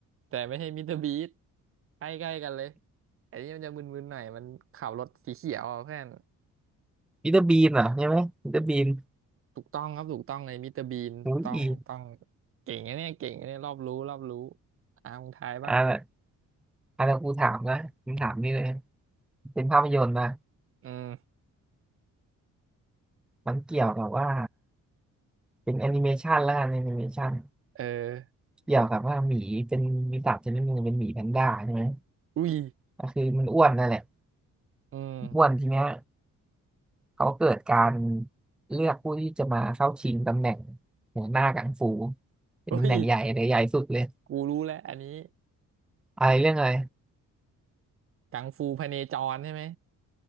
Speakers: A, on the right; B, in the centre.
A: แต่ไม่ใช่มิสเตอร์บีสใกล้ๆกันเลยไอ้นี่มันจะมึนๆหน่อยมันขับรถสีเขียวอะเพื่อน
B: มิสเตอร์บีนเหรอใช่ไหมมิสเตอร์บีน
A: ถูกต้องครับถูกต้องในมิสเตอร์บีนถูกต้องถูกต้อง
B: อุ้ยอ
A: เก่งนะเนี่ยเก่งนะเนี่ยรอบรู้รอบรู้อามึงทายบ้าง
B: อ่าอันนี้นกูถามนะผมถามนี่เลย เป็นภาพยนตร์นะ
A: อืม
B: มันเกี่ยวกับว่าเป็นแอนิเมชันแล้วกันแอนิเมชัน
A: เออ
B: เกี่ยวกับว่าหมีเป็นมีสัตว์ชนิดหนึ่งเป็นหมีแพนด้าใช่ไหม
A: อุ้ย
B: ก็คือมันอ้วนนั่นแหละ
A: อืม
B: อ้วนทีเนี้ยเขาเกิดการเลือกผู้ที่จะมาเข้าชิงตำแหน่งหัวหน้ากังฟูเป็นตำแหน่งใหญ่เลยใหญ่สุดเลย
A: อุ้ยกูรู้แล้วอันนี้
B: อะไรเรื่องอะไร
A: กังฟูพเนจรใช่ไหม